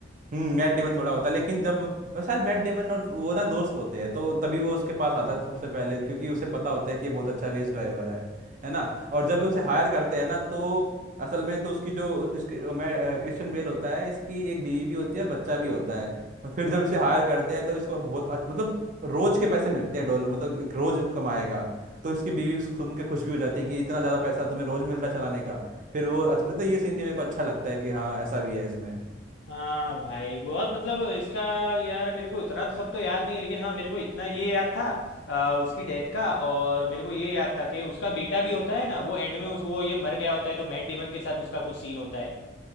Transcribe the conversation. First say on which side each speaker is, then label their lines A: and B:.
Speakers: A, on the right; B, on the left.
A: हम्म मैट डेमन थोड़ा होता है लेकिन जब और शायद मैट डेमन और वो ना दोस्त होते हैं तो तभी वो उसके पास आता है सबसे पहले क्योंकि उसे पता होता है कि ये बहुत अच्छा रेस ड्राइवर है है ना और जब भी उसे हायर करते हैं ना तो असल में तो उसकी जो उसके मैं क्रिश्चियन बेल होता है इसकी एक बीवी भी होती है और बच्चा भी होता है और फिर जब इसे हायर करते हैं तो इसको बहुत अ- मतलब रोज के पैसे मिलते हैं डॉलर मतलब एक रोज कमाएगा तो इसकी बीवी सुन के खुश भी हो जाती है कि इतना ज़्यादा पैसा तुम्हें रोज मिल रहा है चलाने का फिर वो अच्छा मतलब ये सीन भी मेरे को अच्छा लगता है कि हाँ ऐसा भी है इसमें
B: हाँ भाई बहुत मतलब इसका यार मेरे को इतना तो सब तो याद नहीं है लेकिन हाँ मेरे को इतना ये याद था अ, उसकी डेथ का और मेरे को ये याद था कि उसका बेटा भी होता है ना वो एंड में उस वो ये मर गया होता है तो मैट डेमन के साथ उसका कुछ सीन होता है